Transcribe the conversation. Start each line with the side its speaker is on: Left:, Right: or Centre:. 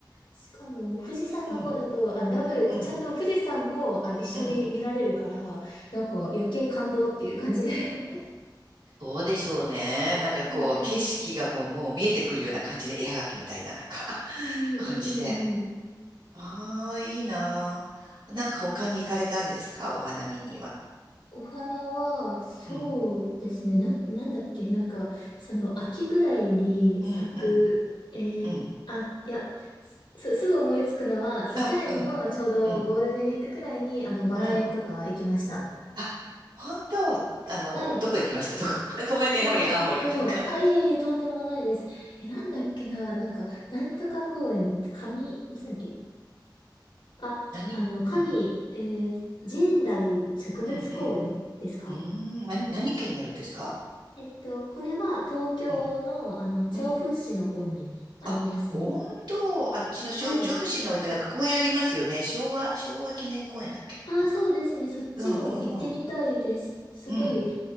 Left: しかも、富士山の方だと、
Right: うん。
Left: あダブル、
Right: うん。
Left: ちゃんと富士山も、あの、一緒に見られるから、
Right: うん。
Left: なんか余計感動っていう感じで。<laughs> は
Right: そうでしょうね。なんかこう、
Left: いはい。
Right: 景色がこう、もう見えてくるような感じで、絵はがきみたいな、なんか
Left: うんうんうんうんうん。
Right: <laughs> 感じで。ああ、いいなあ。なんか他に行かれたんですかお花見には。
Left: お花は、そうですね。
Right: うん、
Left: な、なんだっけ、なんか、その、秋ぐらいに咲く、
Right: うん、うん、
Left: えー、
Right: うん。
Left: あ、いや、す、すすぐ思いつくのは、そう、
Right: あ、
Left: 去年のちょうどゴールデンウィークくらいに、
Right: うん、うん、
Left: あの、バラ園とか行きました。
Right: うん。あ、本当、あの、
Left: はい。
Right: どこ行きましたどこ <laughs> ごめんね、
Left: えーっと、
Right: ほりはほり、なんか
Left: あ、いえいえ、とんでもないです。え、なんだっけな、なんか、なんとか公園、神、なんだっけ、あ、
Right: 何うん、
Left: あの、神、えー、神代植物公園ですか
Right: うん、うん。うーん、何、何県にあるんですか
Left: えっと、これは東京の、
Right: うん、
Left: あの、調布市の方にありますね。
Right: うん。あ、本当、あっちのしょ調布市の方ってなんか公園ありますよね。
Left: はい。
Right: 昭和、昭和記念公園だっけなんか。
Left: ああ、そうですね。そっちも行ってみたいです。
Right: うんうんうん。
Left: すごい、
Right: うん。